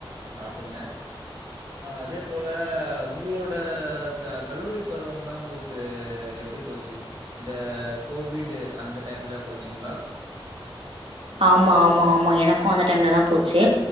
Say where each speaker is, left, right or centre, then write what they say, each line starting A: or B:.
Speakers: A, on the right; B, on the right.
A: சாப்டுங்க அதே போல உங்களோட க கல்லூரி பருவம்லாம் உங்களுக்கு எப்படி போச்சு இந்த கோவிடு அந்த டைம்ல போச்சிங்களா.
B: ஆமா ஆமா ஆமா எனக்கும் அந்த டைம்ல தான் போச்சு